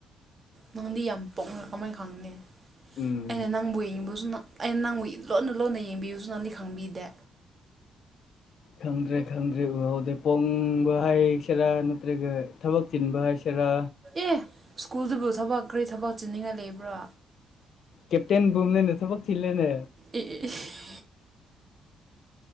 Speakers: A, on the right; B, on the left.
A: ꯅꯪꯗꯤ ꯌꯥꯝ ꯄꯣꯡꯉ ꯀꯃꯥꯏ ꯈꯪꯅꯤ
B: ꯎꯝ
A: ꯑꯩꯅ ꯅꯪꯕꯨ ꯌꯦꯡꯕꯁꯨ ꯅ ꯑꯩ ꯅꯪꯕꯨ ꯂꯣꯟꯅ ꯂꯣꯟꯅ ꯌꯦꯡꯕꯤꯕꯁꯨ ꯅꯪꯗꯤ ꯈꯪꯕꯤꯗꯦ
B: ꯈꯪꯗ꯭ꯔꯦ ꯈꯪꯗ꯭ꯔꯦ ꯎꯍꯧꯗꯦ ꯄꯣꯡꯕ ꯍꯥꯏꯁꯤꯔꯥ ꯅꯠꯇ꯭ꯔꯒ ꯊꯕꯛ ꯆꯤꯟꯕ ꯍꯥꯏꯁꯤꯔꯥ
A: ꯑꯦ ꯁ꯭ꯀꯨꯜꯗꯕꯨ ꯊꯕꯛ ꯀꯔꯤ ꯊꯕꯛ ꯆꯤꯟꯅꯤꯡꯉꯥꯏ ꯂꯩꯕ꯭ꯔꯥ
B: ꯀꯦꯞꯇꯦꯟ ꯄꯨꯕꯅꯤꯅꯦ ꯊꯕꯛ ꯆꯤꯜꯂꯦꯅꯦ
A: ꯑꯦ ꯑꯦ <unintelligible>